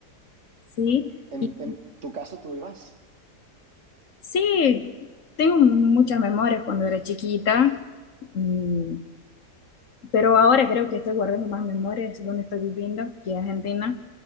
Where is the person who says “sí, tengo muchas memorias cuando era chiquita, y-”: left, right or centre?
Left